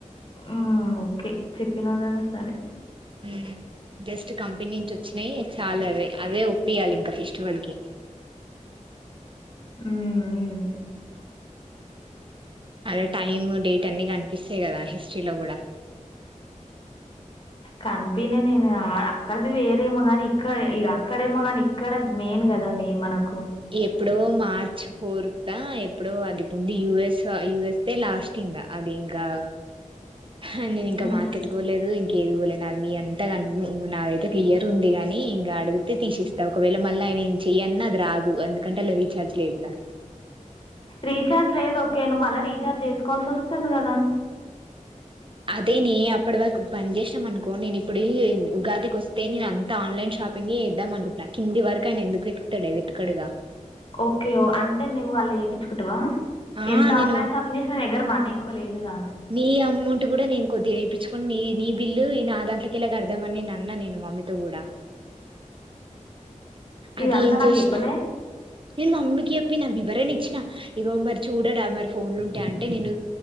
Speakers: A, on the left; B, on the right.
A: హ్మ్ ఓకే చెప్పినవు గదా సరే
B: ఏ జస్ట్ కంపెనీ నుంచి వచ్చినయి చాలు అవే అవే ఒప్పయాలి ఇంకా ఫిస్ట్ వల్ కి
A: హ్మ్ హ్మ్.
B: అదే టైమ్ డేట్ అన్ని కనిపిస్తయి గదా హిస్టరీలో గూడా
A: కనిపినే నేను అక్కడది వేరేమో గాని ఇక్కడ అక్కడేమో గాని ఇక్కడ మెయిన్ గదా మే మనకు
B: ఇ ఎప్పుడ్ డో మార్చ్ ఫోర్తా ఎప్పుడో అది పొంది యుూఎస్ యయుఎస్ లాస్ట్ ఇంగ అది గా హా నేను ఇంకా
A: హ్మ్.
B: మార్కెట్ పోలేదు ఇంక ఏది పోలే నాది మీ అంతా నాదైతే క్లియర్ ఉందిగని ఇగ అడుగుతే తీసిస్తా ఒకవేళ మళ్ళీ ఆయన చీ ఎన్నది అది రాదు అందుకంటే అండ్ల రీఛార్జ్ లేదు గా
A: రీచార్జ్ లేదు ఓకే నువ్వు మళ్ళ రీఛార్జ్ చేసుకోవాల్సి వస్తది గదా
B: అదేనే అప్పటి వరకు పని జేసినం అనుకో నేను ఇప్పుడు ఉగాదికి వస్తేనేన అంతా ఆన్లైన్ షాప్ పాపింగి వేద్దాం అనుకుంటున్నా కింది వరకు ఆయన ఎందుకు వెతుకుతడడే వెతుకడుగా
A: ఓకే అంటే నువు వాళ్ళు ఎపిచ్చుకుంటవా
B: ఆ
A: ఎంత
B: నేను
A: ఆన్లైన్ షాపింగ్ చేసినా నీ దగ్గర మనీ ఎక్కువ లేదుగా
B: నీ అమౌంట్ గూడా నేను కొద్దిగ ఎపిచ్చుకొని నీ నీ బిల్లు నా దాంట్లో కెళ్ళి కడదామని నే అన్నా నేను మా మామ్మితో గూడా అది
A: ఇదంతా
B: ఎం జేసిన
A: నాకు చెప్పలే
B: నేను మమ్మికి చెప్ చెప్పిన వివరణ ఇచ్చిన ఇగో మరి చూడడా మరి ఫోన్లు ఉంటే అంటే నేను